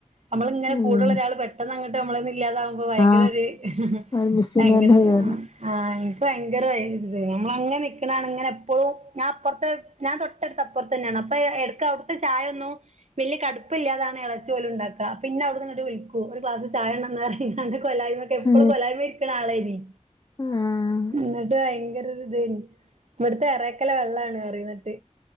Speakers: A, on the right; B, on the left.
A: നമ്മള ങ്ങനെ
B: ഉം
A: കൂടുള്ളരാള് പെട്ടെന്ന് അങ്ങട്ട് നമ്മളൊന്നും ഇല്ലാതകുമ്പോ ഭയങ്കര
B: ആ
A: ഒരു ഹ്
B: അത് മിസ്സിങ്
A: ഭയങ്കര
B: തന്നെ ചെയ്യലാ
A: ആഹാ ഇൻക്ക് ഭയങ്കരതായിത് നമ്മളങ്ങനെ നിക്കണാണ് ഇങ്ങനെ എപ്പളും ഞാ അപ്പർത്ത് ഞാ തൊട്ടട്ത്ത അപ്പർത്തന്നെണ് അപ്പൊ എട്ക്ക് ഔടുത്തെ ചായൊന്നും വല്യ കടുപ്പല്ല്യാതാണ് ഇളച്ചിയോലും ഇണ്ടാക്ക അപ്പിന്നെ അവിട്ന്ന്ങ്ങട്ട് വിളിക്കും ഒരു ക്ലാസ് ചായൊണ്ടന്നറിയും കൊലായ്മക്കെ എപ്പളും
B: ആ ഏ,
A: കൊലായ്മെ ഇരിക്ക്ണാളേനി
B: ആ
A: ഇന്ന്ട്ട് ഭയങ്കര ഒരുതേനി ഇവട്ത്തെ എറേക്കലെ വെള്ളാണ് അറിന്നെട്ട്